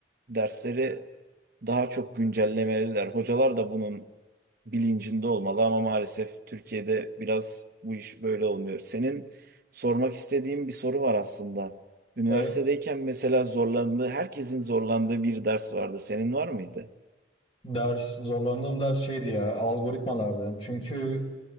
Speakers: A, on the right; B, on the left.
A: dersleri daha çok güncellemeliler. Hocalar da bunun bilincinde olmalı ama maalesef Türkiye'de biraz bu iş böyle olmuyor. Senin sormak istediğim bir soru var aslında. Üniversitedeyken
B: E,
A: mesela zorlandığı, herkesin zorlandığı bir ders vardı. Senin var mıydı?
B: Ders zorlandığım ders şeydi ya algoritmalardı. Çünkü